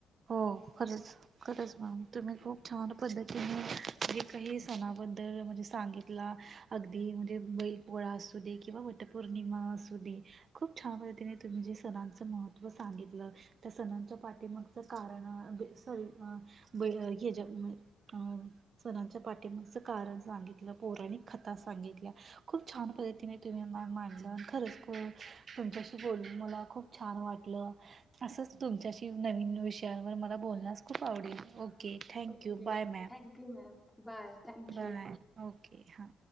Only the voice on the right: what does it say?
हो खरंच. खरंच मॅम तुम्ही खूप छान पद्धतीने, जे काही सणाबद्दल म्हणजे सांगितल. अगदी म्हणजे बैल पोळा असू दे, किंवा वटपौर्णिमा असू दे, खूप छान पद्धतीने तुम्ही जे, सणांचं महत्त्व सांगितलं, त्या सणांच्या पाठी मग कारण सॉरी बैल ह्याच्या अ सणांच्या पाठिं मागचं कारण सांगितलं, पौराणिक कथा सांगितल्या. खूप छान पद्धतीने तुम्ही मा माांडलण, खरंच खू तुमच्याशी बोलू मला खूप छान वाटलं, असंच तुमच्याशी नवीन विषयांवर मला बोलण्यास खूप आवडेल, okay. Thank you
bye ma'am
Bye, okay, हां.